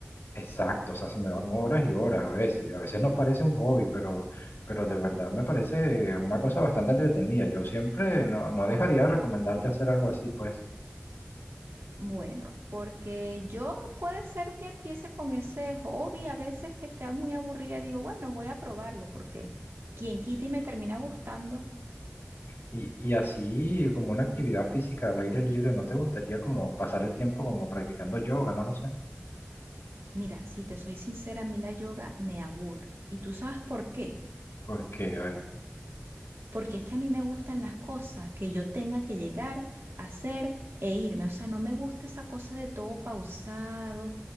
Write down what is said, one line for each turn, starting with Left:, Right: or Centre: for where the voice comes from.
Left: Exacto, o sea, se me van horas y horas a veces. A veces no parece un hobby, pero, pero de verdad me parece una cosa bastante entretenida. Yo siempre no, no dejaría de recomendarte hacer algo así, pues.
Right: Bueno, porque yo puede ser que empiece con ese hobby, a veces que esté muy aburrida, digo, bueno, voy a probarlo, porque quien quita y me termina gustando.
Left: Y, y así como una actividad física al aire libre, ¿no te gustaría como pasar el tiempo como practicando yoga? No lo sé.
Right: Mira, si te soy sincera, a mí la yoga me aburre. ¿Y tú sabes por qué?
Left: Porque, a ver,
Right: Porque es que a mí me gustan las cosas que yo tenga que llegar, hacer e irme. O sea, no me gusta esa cosa de todo pausado,